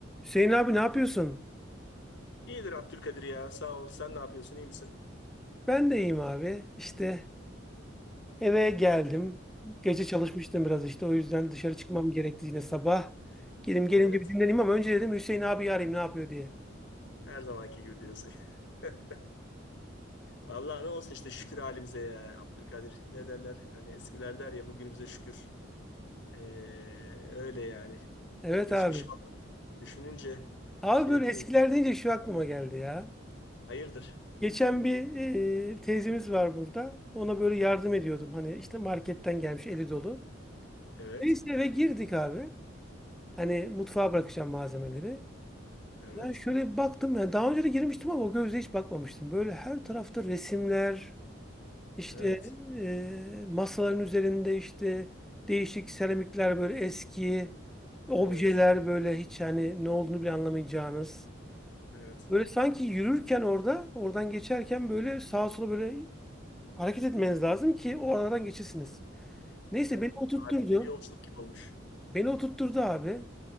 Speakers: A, in the centre; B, on the left.
A: Hüseyin abi ne yapıyorsun?
B: İyidir Abdülkadir ya. Sağ ol. Sen ne yapıyorsun? İyi misin?
A: Ben de iyiyim abi. İşte eve geldim.
B: Şükür.
A: Gece çalışmıştım biraz işte. O yüzden dışarı çıkmam gerekti yine sabah. Gelim gelince
B: Evet.
A: bir dinleneyim ama önce dedim Hüseyin abi arayayım ne yapıyor diye.
B: Her zamanki gibi diyorsun. <laughs> Vallahi ne olsun işte şükür halimize ya Abdülkadir. Ne derler? Hani eskiler der ya bugünümüze şükür. Ee, öyle yani.
A: Evet
B: Geçmiş
A: abi.
B: var. Düşününce
A: Abi
B: şey
A: böyle
B: yapıyor.
A: eskiler
B: insan.
A: deyince şu aklıma geldi ya.
B: Hayırdır?
A: Geçen bir e, teyzemiz var burada. Ona böyle yardım ediyordum. Hani işte marketten gelmiş eli dolu.
B: Evet.
A: Neyse eve girdik abi. Hani mutfağa bırakacağım malzemeleri.
B: Evet.
A: Yani şöyle bir baktım ya daha önce de girmiştim ama o gözle hiç bakmamıştım. Böyle her tarafta resimler, işte
B: Evet.
A: e, masaların üzerinde işte değişik seramikler böyle eski objeler
B: Evet.
A: böyle hiç hani ne olduğunu bile anlamayacağınız.
B: Evet.
A: Böyle sanki yürürken orada, oradan geçerken böyle sağa sola böyle hareket etmeniz lazım ki o aradan geçesiniz. Neyse
B: Evet.
A: beni oturtturdu.
B: Tarihte bir yolculuk gibi olmuş.
A: Beni oturtturdu abi.